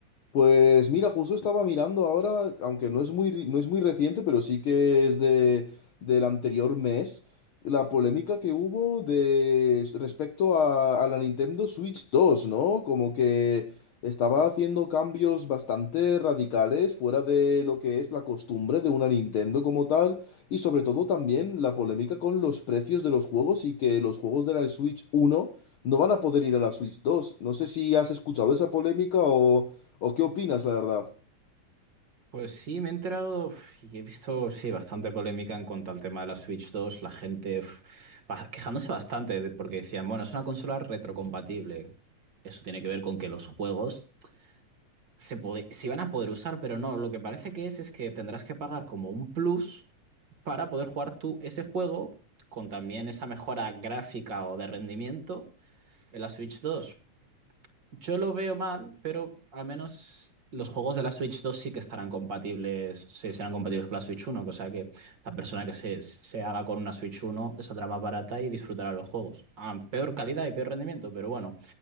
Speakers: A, on the left (about 65°); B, on the right (about 40°).
A: Pues mira, justo estaba mirando ahora, aunque no es muy, ri- no es muy reciente, pero sí que es de, del anterior mes, la polémica que hubo de, respecto a, a la Nintendo Switch dos, ¿no? Como que estaba haciendo cambios bastante radicales fuera de lo que es la costumbre de una Nintendo como tal. Y sobre todo también la polémica con los precios de los juegos y que los juegos de la Switch uno no van a poder ir a la Switch dos No sé si has escuchado esa polémica o, o qué opinas, la verdad.
B: Pues sí, me he enterado uf, y he visto, sí, bastante polémica en cuanto al tema de la Switch 2. La gente uf, ba- quejándose bastante de- porque decían, bueno, es una consola retrocompatible. Eso tiene que ver con que los juegos se, pode- se iban a poder usar, pero no. Lo que parece que es es que tendrás que pagar como un plus para poder jugar tú ese juego con también esa mejora gráfica o de rendimiento en la Switch 2. Yo lo veo mal, pero al menos los juegos de la Switch 2 sí que estarán compatibles, sí, serán compatibles con la Switch 1, cosa que la persona que se, se haga con una Switch 1 les saldrá más barata y disfrutará los juegos. A peor calidad y peor rendimiento, pero bueno,